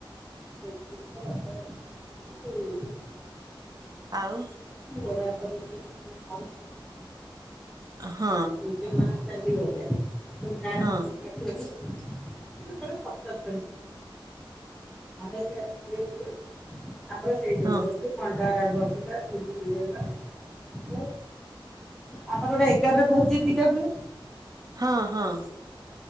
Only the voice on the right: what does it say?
ଆଉ
ହଁ।
ହଁ।
ହଁ
ହଁ ହଁ।